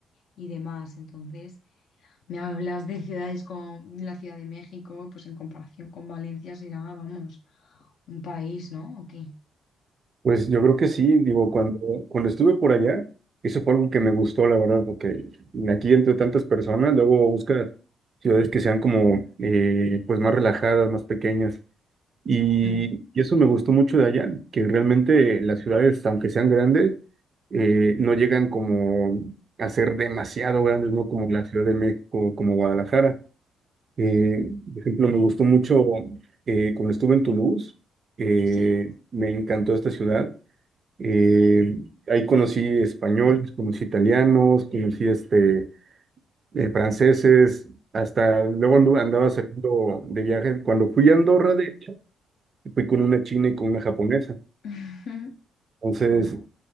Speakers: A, on the left (about 70°); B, on the right (about 45°).
A: y demás. Entonces, me hablas de ciudades como la Ciudad de México, pues en comparación con Valencia será, vamos, un país, ¿no? ¿O qué?
B: Pues yo creo que sí, digo, cuando, cuando estuve por allá, eso fue algo que me gustó, la verdad, porque aquí entre tantas personas, luego buscas ciudades que sean como eh, pues más relajadas, más pequeñas. Y,
A: Mm.
B: y eso me gustó mucho de allá, que realmente las ciudades, aunque sean grandes, eh, no llegan como a ser demasiado grandes, ¿no? Como la Ciudad de México, como Guadalajara. Eh, por ejemplo, me gustó mucho eh, cuando estuve en Toulouse, eh,
A: Sí.
B: me encantó esta ciudad eh, ahí conocí españoles, conocí italianos, conocí este, eh, franceses, hasta luego andu- andaba saliendo de viaje. Cuando fui a Andorra, de hecho, fui con una china y con una japonesa.
A: <laughs>
B: Entonces
A: Qué guay.